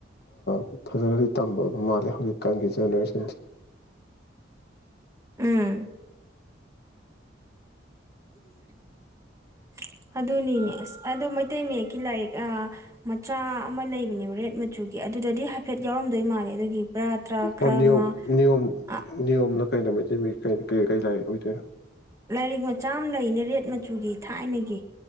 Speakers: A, on the left (about 55°); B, on the right (about 15°).
A: ꯗꯤ ꯊꯖꯒꯔꯤ꯫ ꯇꯝꯕ ꯃꯥꯜꯂꯤ ꯍꯧꯖꯤꯛꯀꯥꯟꯒꯤ ꯖꯦꯅꯦꯔꯦꯁꯟꯁꯤ꯫
B: ꯎꯝ꯫ ꯫ ꯑꯗꯨꯅꯤꯅꯦ ꯑꯁ ꯑꯗ ꯃꯩꯇꯩ ꯃꯌꯦꯛ ꯫ ꯀꯤ ꯂꯥꯏꯔꯤꯛ ꯑꯥ‌ ꯃꯆꯥ꯫ ꯑꯃ ꯂꯩꯕꯅꯦꯕ ꯔꯦꯠ ꯃꯆꯨꯒꯤ꯫ ꯑꯗꯨꯗꯗꯤ ꯍꯥꯏꯐꯦꯠ ꯌꯥꯎꯔꯝꯗꯣꯏ ꯃꯥꯜꯂꯦ ꯑꯗꯨꯒꯤ꯫ ꯕ꯭ꯔꯥ ꯇ꯭ꯔꯥ ꯈꯔ
A: ꯑꯣ ꯅꯤꯌꯝ
B: ꯑꯃ
A: ꯅꯤꯌꯝ
B: ꯑꯥ
A: ꯅꯤꯌꯝ ꯂ꯫ ꯀꯩꯩꯅꫭ ꯃꯩꯇꯩ ꯃꯌꯦꯛ ꯀꯩꯅꫭ ꯀ ꯀꯩ ꯂꯩꯥꯏꯔꯤꯛ ꯑꯣꯏꯗꫭꯏꯅꫭ꯫
B: ꯂꯥꯏꯔꯤꯛ ꯃꯆꯥ ꯑꯃ ꯂꯩꯅꯦ ꯔꯦꯠ ꯃꯆꯨꯒꯤ ꯊꯥꯏꯅꯒꯤ